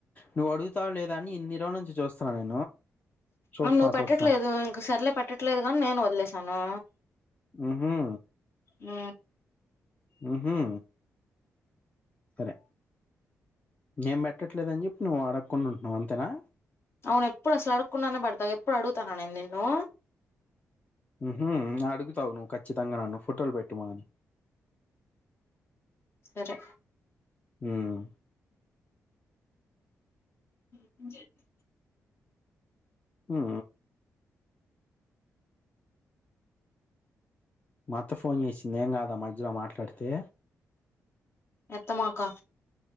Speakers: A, on the left (about 30°); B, on the left (about 50°).
A: నువ్వు అడుగుతావ లేదా అని ఇన్ని రోజుల నుంచి చూస్తున్నా నేను చూస్తున్నా.
B: అవును నువ్వు పెట్టట్లేదు
A: చూస్తున్నా.
B: ఇంక సర్లే పెట్టట్లేదు గా అని నేను వదిలేసాను
A: హ్మ్ హ్మ
B: నా
A: హ్మ్ హ్మ సరే నేన్ పెట్టట్లేదని చెప్పి నువ్వు అడక్కుని ఉంటున్నావు అంతేనా
B: అవును ఎప్పుడు అసలు అడుగకుండానే పెడతావ్ ఎప్పుడు అడుగుతాన నేను నిన్ను
A: హ్మ్మ్ అడుగుతావు నువ్వు ఖచ్చితంగా నన్ను ఫొటోలు పెట్టమని
B: సరే
A: హ్మ
B: ఏం చేస్
A: హ్మ మా అత్త ఫోన్ చేసింది ఏం కాదా మధ్యలో మాట్లాడితే
B: ఎత్తమాకా